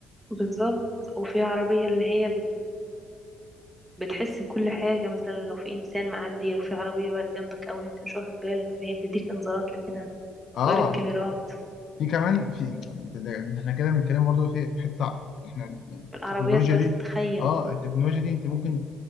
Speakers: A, in the centre; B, on the left.
A: بالظبط وفي عربية اللي هي بت بتحس بكل حاجة مثلا لو في إنسان معدي لو في عربية بقت جنبك أوي أنت مش واخد بالك فهي بتديك إنذارات لكده
B: اه
A: غير الكاميرات
B: في كمان في ده- ده- احنا كده بنتكلم برضه في في حتة احنا يعني
A: العربيات
B: التكنولوجيا
A: بس
B: دي
A: تخيل
B: اه التكنولوجيا دي انت ممكن